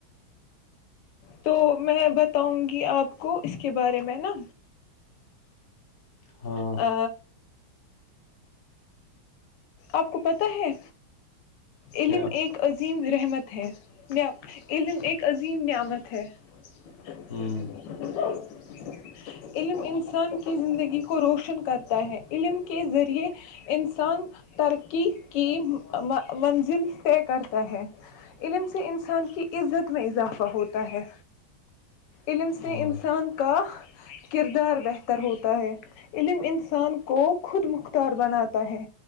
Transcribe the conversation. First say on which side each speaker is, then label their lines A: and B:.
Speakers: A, on the left (about 70°); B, on the left (about 35°).
A: تو میں بتاؤں گی آپ کو اس کے بارے میں نا
B: ہاں
A: آ آپ کو پتہ ہے علم
B: کیا
A: ایک عظیم رحمت ہے علم ایک عظیم نعمت ہے <unintelligible>
B: ہوں
A: علم انسان اپنی زندگی کو روشن کر ہے علم کے ذریعے انسان ترقی کی منزل طے کرتا ہے علم سے انسان کی عزت میں اضافہ ہوتا ت علمم س
B: ہاں
A: انسان کااہ کردار بہتر ہوتا ہے علم انسان کو خود مختار بناتا ہے